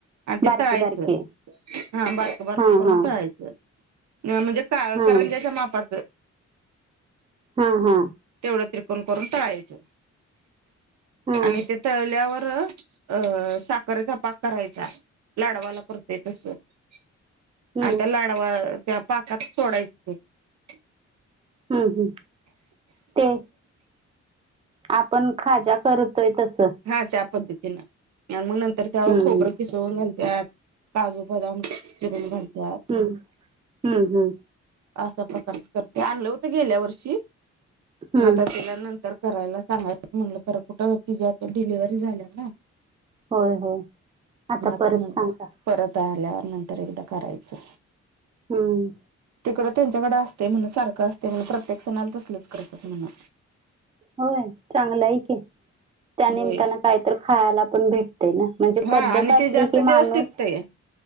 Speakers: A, on the right; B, on the right.
A: आणि ते
B: बारके
A: तळायचं
B: बारके
A: हा बारक बारक
B: हा
A: करून
B: हा
A: तळायचं म्हणजे का
B: हा
A: करंजाच्या मापाचं
B: हा हा
A: तेवढं त्रिकोण करून टळायचं
B: हम्म
A: आणि ते तळल्यावर अ साखरेचा पाक करायचा लाडवाला कर ते तस आणि
B: हम्म
A: त्या लाडवा त्या पाकात सोडायचं ते
B: हम् ह् ते आपण खजा करतोय तस
A: हा त्या पद्धतीनं आणि मग नंतर त्यावर
B: हम्म
A: खोबरं क चिरून घालतात काजू बदाम चिरून घालतात,
B: हम्म हम्म हम्म
A: असा प्रकारच करते आणलं होत गेल्या वर्षी
B: हम्म
A: माता तीला नंतर तर करायला सांगायचं म्हटलं खर कुठं ति आता डिलिव्हरी झाल्या ना
B: होय होय आता
A: मग
B: परत
A: नंतर
B: सांगा
A: परत आल्यावर नंतर एकदा करायचं
B: हम्म
A: तिकडं त्यांच्याकडें असते म्हण सारखं असते म्हण प्रत्येक सणाला तसलच करतात म्हणा,
B: होय चांगलं आहे कि, त्या निमतानं
A: होय
B: काहीत खायला पण भेट ना म्हणजे
A: हा
B: पद्धत
A: आणि
B: असली
A: ते जास्त
B: कि
A: दिवस
B: माणूस
A: टिकतय.